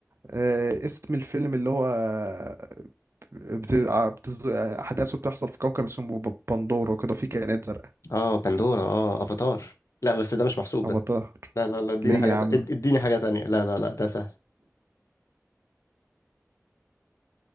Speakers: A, on the right (about 55°); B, on the left (about 75°).
A: آه، اسم الفيلم اللي هو آه، بت... آه، بت... آه، أحداثه بتحصل في كوكب اسمه ب- بندورة وكده فيه كائنات زرقاء
B: اه بندورة اه افاتار لا بس ده مش محسوب
A: أفاتار
B: ده لا لا لا اديني
A: ليه
B: حاجة
A: يا عم؟
B: تا- اد- اديني حاجة تانية لا لا لا ده سهل